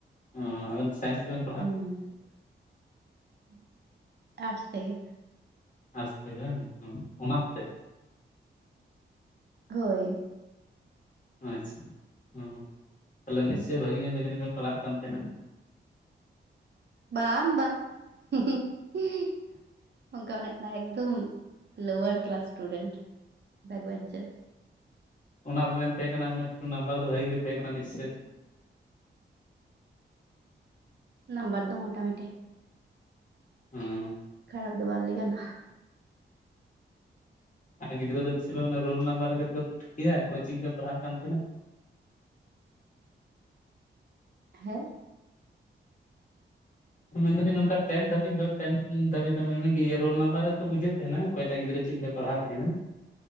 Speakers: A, on the left; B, on the right.
A: ᱚᱸᱻ ᱟᱹᱵᱮᱱ ᱥᱟᱭᱤᱸᱥ ᱵᱮᱱ
B: ᱦᱩᱸᱻᱟᱨᱥ ᱛᱮᱜᱮ᱾
A: ᱟᱨᱥ ᱛᱮᱜᱮ ᱵᱟᱝ, ᱚᱝ ᱚᱱᱟᱛ ᱛᱮᱫ,
B: <inaudible> ᱜᱟᱹᱭ!
A: ᱟᱪᱪᱷᱟ, ᱦᱚᱸ ᱛᱟᱦᱮᱞᱮ ᱱᱤᱥᱪᱳᱭ ᱵᱷᱟᱹᱜᱤ ᱧᱚᱜ ᱜᱮ ᱡᱟᱹᱱᱤᱡ ᱯᱮ ᱯᱟᱲᱦᱟᱜ ᱠᱟᱱ ᱛᱟᱦᱮᱱᱟ᱾
B: ᱵᱟᱝᱻᱵᱟᱝ <unintelligible> ᱚᱸᱠᱟ ᱚᱲᱮᱸᱫ, ᱱᱟ ᱮᱠᱫᱚᱢ lower class student back bencher.
A: ᱚᱱᱟᱥ ᱵᱮᱱ ᱛᱮᱦᱮᱸ ᱠᱟᱱᱟ ᱢᱟᱱᱮ, ᱦᱩᱱᱟᱝ ᱴᱩ ᱱᱳᱢᱵᱟᱨ ᱫᱚ ᱵᱷᱟᱜᱤ ᱜᱤ ᱛᱟᱦᱮᱸ ᱠᱟᱱᱟ ᱱᱤᱥᱪᱚᱭ᱾
B: ᱱᱟᱢᱵᱟᱨ ᱫᱚ ᱢᱳᱴᱟ ᱢᱤᱴᱤᱦ
A: ᱦᱩᱸ
B: ᱠᱷᱟᱨᱟᱯ ᱫᱚ ᱵᱟᱝ ᱞᱟᱹᱭ ᱜᱟᱱᱚᱜᱼᱟ
A: ᱟᱨ ᱜᱤᱫᱽᱨᱟᱹ ᱫᱚ ᱵᱤᱥᱤ ᱨᱳᱞ ᱱᱚᱢᱵᱟᱨ ᱨᱮ ᱴᱷᱤᱠᱭᱟ <unintelligible> ᱪᱤᱫ ᱞᱮᱠᱟᱭ ᱯᱟᱲᱦᱟᱜ ᱠᱟᱱ ᱛᱟᱦᱮᱱᱟ ᱾
B: <unintelligible>
A: ᱢᱮᱱᱫᱟᱞᱤᱧ ᱱᱚᱝᱠᱟ ᱴᱮᱱ ᱫᱷᱟᱹᱵᱤᱡ ᱫᱚ ᱴᱮᱱ ᱫᱷᱟᱹᱵᱤᱡ ᱫᱚ ᱢᱮᱱᱫᱤᱧ ᱨᱳᱞ ᱱᱟᱢᱵᱟᱨ ᱨᱮ ᱵᱩᱡᱟᱹᱣ ᱛᱟᱦᱮᱱᱟ ᱚᱠᱚᱭ ᱴᱟᱜ ᱜᱤᱫᱽᱨᱟᱹ ᱪᱤᱜ ᱞᱮᱠᱟᱭ ᱯᱟᱲᱦᱟᱜ ᱛᱟᱦᱮᱱᱟ